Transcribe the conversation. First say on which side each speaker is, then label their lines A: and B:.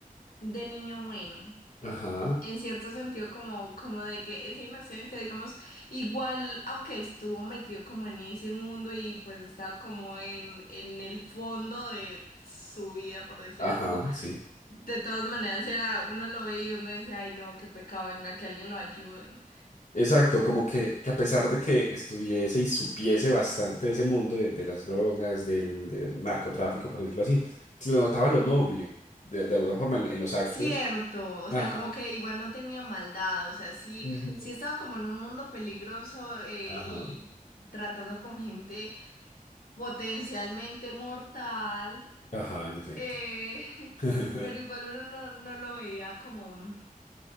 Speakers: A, on the left; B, on the left.
A: de niño bueno.
B: Ajá,
A: en cierto sentido como, como de que esa inocencia, digamos, igual, aunque estuvo metido como en ese mundo y pues estaba como en, en el fondo de su vida, por decir
B: ajá,
A: algo,
B: sí.
A: de todas maneras era, uno lo veía y uno decía, ay no, qué pecado, venga, que alguien lo ayude.
B: Exacto, como que, que a pesar de que estuviese y supiese bastante de ese mundo de, de las drogas, del, del narcotráfico, por decirlo así, se le notaba lo noble, de, de alguna forma, en, en los actos.
A: Cierto, o
B: Ajá.
A: sea, como que igual no tenía maldad, o sea, sí,
B: Ujú.
A: sí estaba como en un mundo peligroso eh,
B: Ajá.
A: y tratando con gente potencialmente mortal.
B: Ajá, en efecto.
A: Eh, <laughs>
B: <laughs>
A: pero igual uno no, no lo veía como,